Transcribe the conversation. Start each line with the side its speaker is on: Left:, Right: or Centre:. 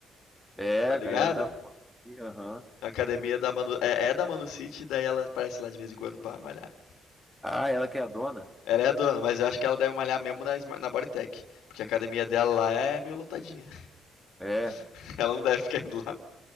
Centre: é,
Left: tá
Centre: a
Left: ligado?
Centre: galera da. Aham.
Left: A academia da Manu, é, é da Manu City, daí ela aparece lá de vez em quando pra malhar.
Centre: Ah, ela que é a dona?
Left: Ela é a dona, mas eu acho que ela deve malhar mesmo na, Sma- na Bodytech, porque a academia dela lá é meio lotadinha.
Centre: É,
Left: <laughs> Ela não deve ficar indo lá